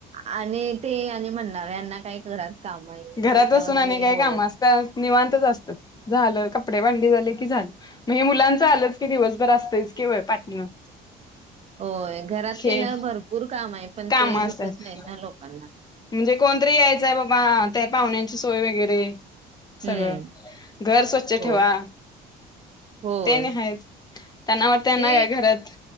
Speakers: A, on the right; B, on the left.
A: आणि ते आणि म्हणणार यांना काय घरात काम आहेत
B: घरात
A: त्याच्यावरन
B: असून
A: आणि
B: काय
A: हे बोलत
B: काम असतात निवांतच असतात झालं कपडे भांडी झालं की झालं म हे मुलांच आलंच की दिवसभर असतयच की बाई पाटण
A: होय घरात
B: हे
A: केल्यावर भरपूर काम आहे पण
B: काम
A: ते
B: असतात
A: दिसत नाही ना लोकांना.
B: म्हणजे कोणतरी यायचंय बाबा ते पा वण्यांची सोय वगैरे सगळं
A: हम्म
B: घर स्वच्छ
A: होय
B: ठेवा
A: होय
B: ते नाही आहेच त्यांना वाटत त्यांना
A: ते
B: काय घरात